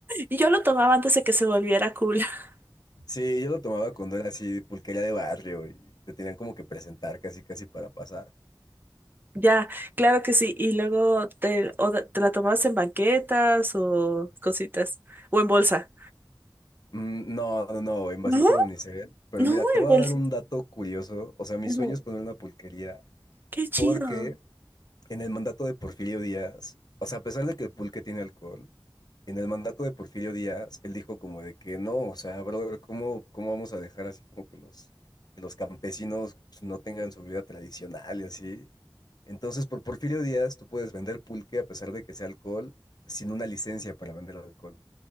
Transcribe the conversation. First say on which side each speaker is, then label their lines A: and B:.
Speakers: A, on the right; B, on the left.
A: yo lo tomaba antes de que se volviera cool. <laughs>
B: Sí, yo lo tomaba cuando era así pulquería de barrio y te tenían como que presentar casi casi para pasar.
A: Ya, claro que sí. Y luego te, o de- te la tomabas en banquetas o cositas, o en bolsa.
B: Mm, No, no, no, en vasito
A: No,
B: de unicel. Pero
A: no,
B: mira, te voy
A: en bolsita.
B: a dar un dato curioso. O sea, mi
A: Ujú.
B: sueño es poner una pulquería
A: Qué chido.
B: porque en el mandato de Porfirio Díaz, o sea, a pesar de que el pulque tiene alcohol, en el mandato de Porfirio Díaz, él dijo como de que no, o sea, brother, ¿cómo, cómo vamos a dejar así como que los, que los campesinos pues, no tengan su vida tradicional y así? Entonces, por Porfirio Díaz, tú puedes vender pulque a pesar de que sea alcohol, sin una licencia para vender alcohol,